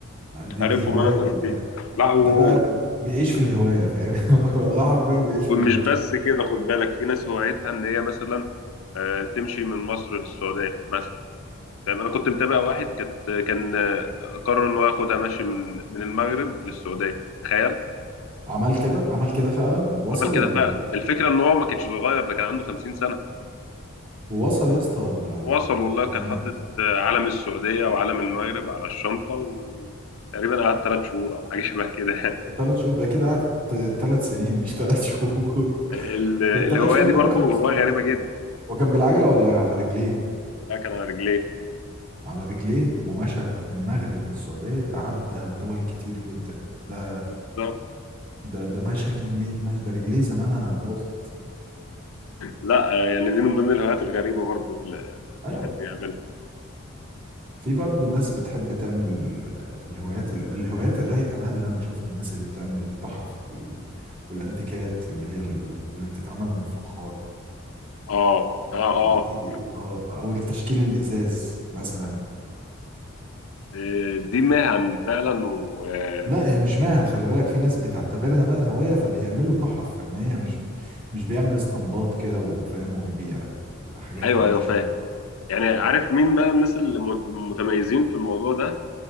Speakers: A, on the right; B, on the left.
A: دي
B: عارفهم
A: دي هوايه
B: أنا الناس
A: ب...
B: دي لا و...
A: ده بقى ب- بيعيش في الهوايه فاهم <laughs> والله حرفيا بيعيش
B: ومش
A: في الهوايه
B: بس كده خد بالك في ناس هوايتها إن هي مثلا آه، تمشي من مصر للسعودية مثلا فاهم أنا كنت متابع واحد كانت كان آه، قرر إن هو ياخدها ماشي من من المغرب للسعودية تخيل
A: عمل كده عمل كده فعلا وصل
B: عمل كده
A: ولا
B: فعلا الفكرة إن هو ما كانش صغير ده كان عنده 50 سنة
A: وصل يا اسطى ولا
B: وصل والله
A: ولا
B: كان
A: مات
B: حاطط علم السعودية وعلم المغرب على الشنطة وتقريبا قعدت ثلاث شهور أو حاجة شبه كده يعني
A: ثلاث شهور ده كده قعد ثلاث سنين مش ثلاث شهور <laughs>
B: ال- الهواية
A: ثلاث شهور
B: دي
A: ده
B: برضو
A: رقم قصير
B: هواية
A: جدا
B: غريبة جدا
A: هو كان بالعجله ولا على رجليه
B: لا كان على رجليه
A: على رجليه ومشى من المغرب للسعودية ده عدى دول كتير جدا ده
B: بالظبط
A: ده ده مشى كمية مشي ده رجليه زمانها باظت
B: لا يعني دي من ضمن الهوايات الغريبة برضو اللي الواحد
A: أيوة
B: بيقابلها
A: في برضه ناس بتحب تعمل آه، الهوايات ال- الهوايات الرايقة بقى اللي أنا بشوفها الناس اللي بتعمل التحف ال- والأنتيكات اللي هي ال- اللي بتتعمل من الفخار
B: آه آه
A: آه،
B: آه
A: دي, دي آه، أو التشكيل الإزاز مثلا
B: إيه، دي مهن فعلا و آه،
A: لا هي مش مهن خلي بالك في ناس بتعتبرها بقى هواية فبيعملوا تحف فنية مش مش بيعمل اسطمبات كده وفاهم ويبيع حاجات
B: أيوه
A: كلها
B: أيوه
A: شبه
B: فاهم
A: بعض.
B: يعني عارف مين بقى الناس اللي مت- متميزين في الموضوع ده